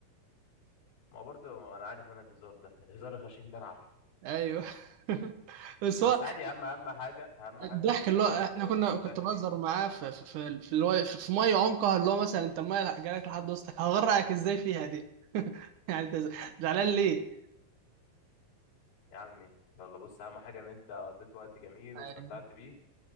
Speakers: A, on the left (about 90°); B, on the right (about 70°).
A: ما هو برضه انا عارف انا الهزار ده الهزار الغشيم ده انا عارف
B: ايوه <laughs> بس
A: بس
B: هو
A: عادي يا عم اهم حاجه اهم
B: الضحك
A: حاجه كنت قضيت
B: اللي هو احنا
A: وقت
B: كنا
A: استمتعت
B: كنت بهزر
A: بيه
B: معاه في في في في اللي هو في في ميه عمقها اللي هو مثلا انت الميه جالك لحد وسطك هغرقك ازاي فيها دي <laughs> يعني انت زعلان ليه؟
A: يا عمي يلا بص اهم حاجه ان انت قضيت وقت جميل واستمتعت
B: يعني
A: بيه